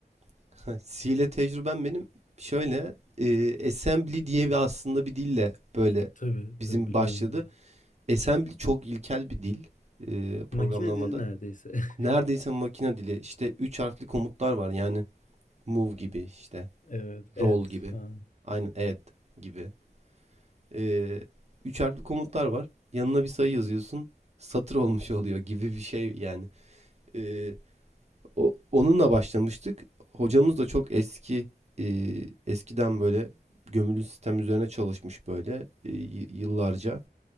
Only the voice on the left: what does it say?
<laughs> Tabii
tabii biliyorum
onu da.
Makine dili neredeyse. <laughs>
Evet, ed
falan.